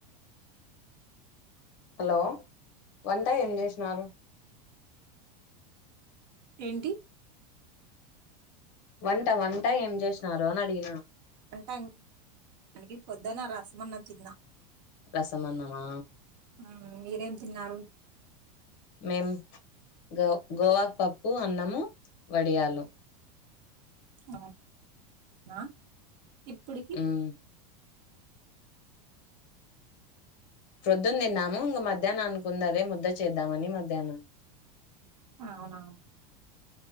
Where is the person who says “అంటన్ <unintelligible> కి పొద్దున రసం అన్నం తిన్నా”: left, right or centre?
Right